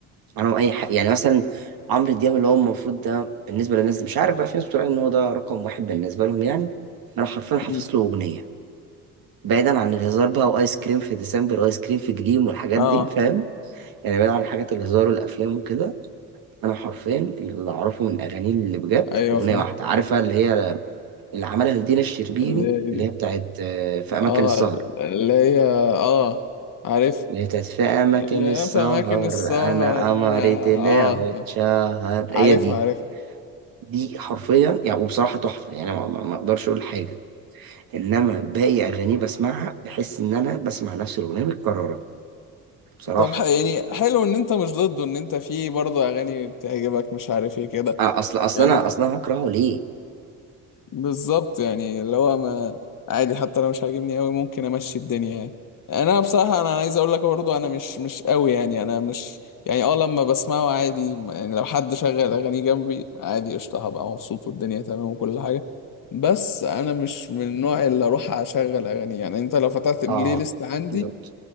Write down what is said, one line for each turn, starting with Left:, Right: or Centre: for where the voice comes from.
Right: انا اي حاجه يعني مثلا عمرو دياب اللي هو المفروض ده بالنسبه للناس مش عارف بقى في ناس بتقول ان هو ده رقم واحد بالنسبه لهم يعني انا حرفيا حافظ
Left: أمم.
Right: له اغنيه بعيدا عن الهزار بقى وايس كريم في ديسمبر وايس كريم في جليم والحاجات
Left: اه
Right: دي فاهم يعني بعيدا عن حاجات الهزار والافلام وكده انا حرفيا اللي اعرفه من اغانيه اللي بجد
Left: ايوه
Right: اغنيه
Left: فاهم
Right: واحده عارفه اللي هي اللي عملها لدينا الشربيني
Left: اللي هي
Right: اللي
Left: دي
Right: هي بتاعت آه، في أماكن
Left: اه
Right: السهر
Left: اللي هي اه عارف
Right: اللي هي بتاعت في أماكن
Left: اللي هي
Right: السهر
Left: في اماكن السهر
Right: أنا قمري
Left: انا
Right: طلع
Left: اه
Right: واتشهر
Left: عارفها
Right: هي دي
Left: عارف
Right: دي حرفيا يعني وبصراحة تحفة يعني ما ما- ما أقدرش أقول حاجة إنما باقي أغانيه بسمعها بحس إن أنا بسمع نفس الأغنية متكررة بصراحة
Left: طب ح- يعني حلو ان انت مش ضده ان انت في برضه اغاني بتعجبك مش عارف ايه كده
Right: لا أصل أصل
Left: يعني.
Right: أنا أصل أنا هكرهه ليه؟
Left: بالظبط يعني اللي هو ما عادي حتى لو مش عاجبني قوي ممكن امشي الدنيا يعني انا بصراحه انا عايز اقول لك برضه انا مش مش قوي يعني انا مش يعني اه لما بسمعه عادي يعني لو حد شغل اغاني جنبي عادي قشطه هبقى مبسوط والدنيا تمام وكل حاجه بس انا مش من النوع اللي اروح اشغل اغاني يعني انت لو فتحت بلاي
Right: آه
Left: ليست عندي
Right: بالظبط